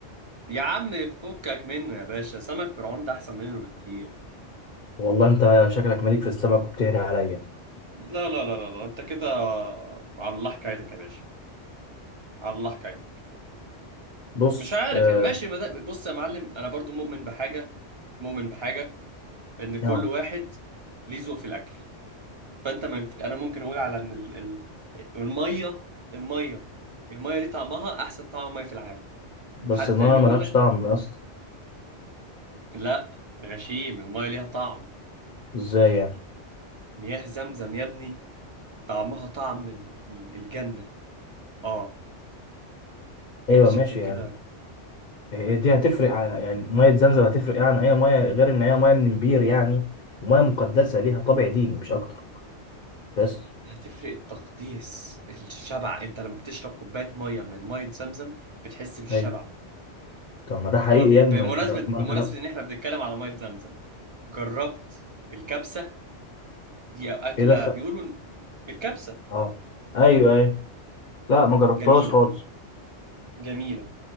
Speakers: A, on the right; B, on the left.
A: يا عم فكك منه يا باشا سمك فرعون ده احسن منه بكتير
B: والله انت شكلك مليك في السمك وبتهري عليا
A: لا لا لا لا, لا. انت كده على الله حكايتك يا باشا على الله حكايتك
B: بص
A: مش عارف
B: اه
A: يعني ماشي ما ده- بص يا معلم انا برضو مؤمن بحاجه مؤمن بحاجه ان كل
B: آه،
A: واحد ليه ذوق في الاكل فانت من انا ممكن اقول على ان ال... ال... الميه الميه الميه دي طعمها احسن طعم ميه في العالم
B: بس
A: حد
B: الميه
A: تاني يقول
B: ملهاش
A: لك
B: طعم يا اسطى
A: لا غشيم الميه ليها طعم
B: ازاي يعني
A: مياه زمزم يا ابني طعمها طعم ال... ال- الجنه اه
B: ايوه
A: انت شكلك
B: ماشي يعني
A: كده
B: إيه دي هتفرق ع- يعني ميه زمزم هتفرق يعني اي ميه غير ان هي ميه من بير يعني وميه مقدسه ليها طابع ديني مش اكتر بس
A: هتفرق التقديس الشبع انت لما بتشرب كوبايه ميه من ميه زمزم بتحس بالشبع
B: ايوه طب ما ده حقيقي
A: جر-
B: يا
A: بمناسبة
B: ابني ما انت ما
A: بمناسبة
B: انت لو-
A: إن إحنا بنتكلم على مية زمزم جربت الكبسة دي أكلة
B: ايه دخل
A: بيقولوا إن الكبسة
B: اه ايوه ايوه لا ما جربتهاش
A: جميلة
B: خالص
A: جميلة